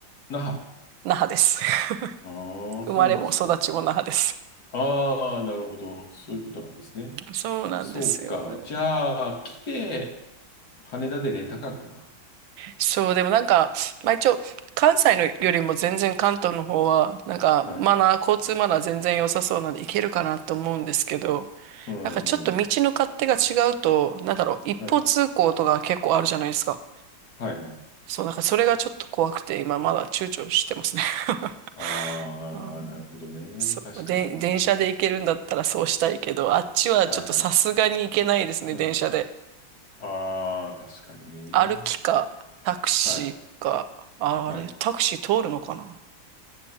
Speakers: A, on the left; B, on the right.
A: 那覇
B: 那覇です。<laughs>
A: ああ、
B: 生まれも育ちも那覇です。
A: そうですか。ああ、なるほど。そういうことなんですね。
B: そうなんですよ。
A: そうか。じゃあ、来て、羽田でレンタカーかな。
B: そう、でもなんか、まあ一応、関西のよりも全然関東の方は、なんかマナー、
A: はい。
B: 交通マナー全然良さそうなんで行けるかなと思うんですけど、
A: うんうん。
B: なんかちょっと道の勝手が違うと、なんだろう、一方通行とか結構あるじゃないですか。
A: はい。はいはい。
B: そう、だからそれがちょっと怖くて、今まだ躊躇してますね。<laughs>
A: ああ、
B: うん、
A: なるほどね。
B: そう、
A: 確かにね。
B: で、電車で行けるんだったらそうしたいけど、あっちはちょっとさすがに行けないですね、
A: はいはい。うん。
B: 電車で。
A: ああ、確かにね。
B: 歩きか、タクシーか、
A: はい。
B: あ、
A: はい。
B: あれ、タクシー通るのかな